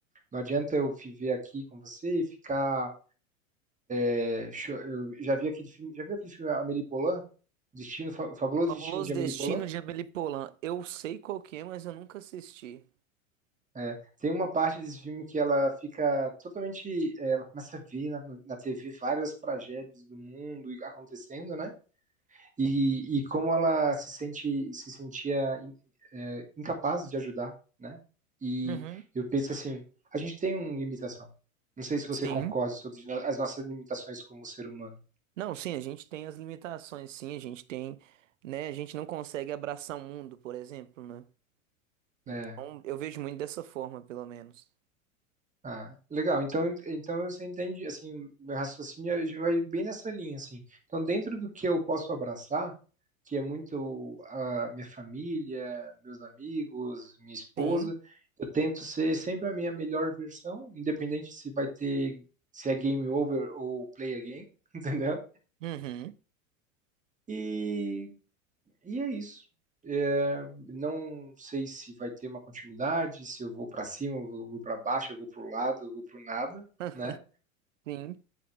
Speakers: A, on the right (about 20°); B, on the right (about 65°).
A: Não adianta eu viver aqui com você e ficar. é, cho- eu já vi aquele filme, já viu aquele filme Amélie Poulain? Destino, Fa- Fabuloso
B: Fabuloso
A: Destino de
B: Destino
A: Amélie Poulain?
B: de Amélie Poulain. Eu sei qual que é, mas eu nunca assisti.
A: É, tem uma parte desse filme que ela fica totalmente. é, ela começa a ver na, na TV várias tragédias do mundo e acontecendo, né? e, e como ela se sente se sentia é, incapaz de ajudar, né? E
B: Uhum.
A: eu penso assim, a gente tem uma limitação. Não sei se você
B: Sim.
A: concorda sobre as nossas limitações como ser humano,
B: Não, sim, a gente tem as limitações, sim, a gente tem, né? A gente não consegue abraçar o mundo, por exemplo, né?
A: né?
B: Então, eu vejo muito dessa forma, pelo menos.
A: Ah, legal. Então, en- então você entende, assim, meu raciocínio já vai bem nessa linha, assim. Então, dentro do que eu posso abraçar, que é muito a minha família, meus amigos, minha esposa,
B: Sim.
A: eu tento ser sempre a minha melhor versão, independente se vai ter, se é game over ou play again, <laughs> entendeu?
B: Uhum.
A: E, e é isso. É, não sei se vai ter uma continuidade, se eu vou para cima, eu vou para baixo, eu vou para o lado, eu vou para o nada,
B: <laughs>
A: né?
B: Sim.